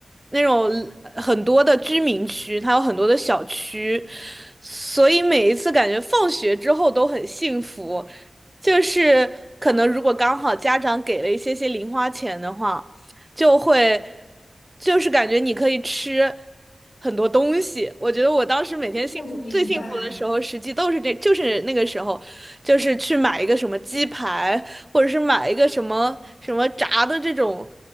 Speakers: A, on the right; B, on the left.
A: 那种呃很多的居民区，它有很多的小区，所以每一次感觉放学之后都很幸福。就是可能如果刚好家长给了一些些零花钱的话。就会就是感觉你可以吃很多东西。我觉得我当时每天幸福最幸福的时候，
B: 哦，明白。
A: 实际都是这，就是那个时候，就是去买一个什么鸡排，或者是买一个什么什么炸的这种